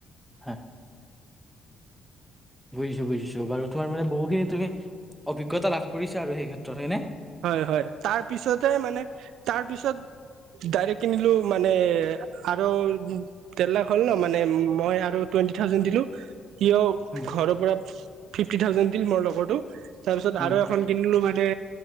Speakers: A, in the centre; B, on the right.
A: হ। বুজিছো বুজিছো বাৰু তোমাৰানে বহুখিনি তুমি অভিজ্ঞতা লাভ কৰিছা সেই ক্ষেত্ৰত হয়নেে?
B: হয় হয় তাৰ পিছতহে মানে তাৰ পিছত ডাইৰেক্ট কিনিলো মানে? আৰু তেৰ লাখ হ'ল ন মানে মই আৰু টুৱেণ্টি থাউজেড দিলো। কিয়
A: উম
B: ঘৰৰ পৰা ফিফটি থাউজেণ্ড দিল মোৰ লগৰো। তাৰপিছত
A: উম,
B: আৰু এখন কিনিলো মানে।